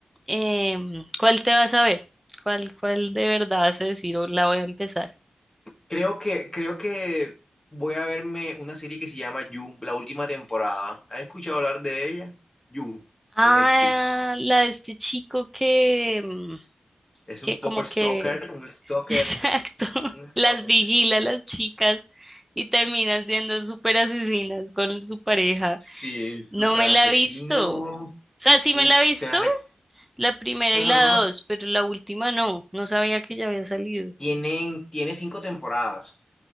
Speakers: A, in the centre; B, on the left.
A: em, ¿cuál te vas a ver? ¿Cuál, cuál de verdad vas a decir o la voy a empezar?
B: Creo que, creo que voy a verme una serie que se llama You, la última temporada. ¿Has escuchado hablar de ella? You,
A: Ah,
B: de Netflix.
A: la de este chico que, mm,
B: Es
A: que
B: un poco
A: como
B: stalker,
A: que,
B: un stalker,
A: <laughs>
B: un,
A: exacto,
B: un- un
A: las
B: stalker.
A: vigila a las chicas y terminan siendo súper asesinas con su pareja.
B: Sí, super
A: No me
B: asesino.
A: la he visto. O sea, sí
B: Uf,
A: me la he visto,
B: te la rec-
A: la primera
B: Ajá.
A: y la dos, pero la última no. No sabía que ya había salido.
B: Tienen, tiene cinco temporadas.